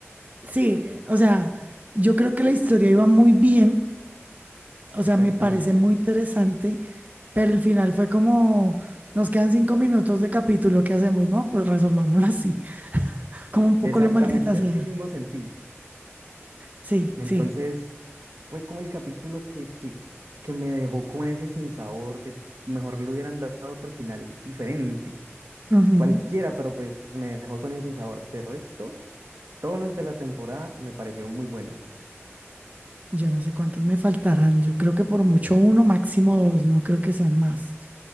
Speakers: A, on the right; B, on the right.
A: Sí, eh, o sea, yo creo que la historia iba muy bien, o
B: Exactamente.
A: sea, me parece muy interesante, pero el final fue como, nos quedan cinco minutos de capítulo, ¿qué hacemos? No, pues resolvámoslo así, <laughs> como un poco
B: Exactamente.
A: lo maldita sea.
B: Así mismo sentí.
A: Sí,
B: Entonces,
A: sí.
B: fue como el capítulo que, que, que me dejó con ese sinsabor de mejor le hubieran dado otro final diferente.
A: Ujú.
B: Cualquiera, pero pues me dejó con ese sinsabor. De resto... Todos los de la temporada me parecieron muy buenos.
A: Yo no sé cuántos me faltarán. Yo creo que por mucho uno, máximo dos, no creo que sean más.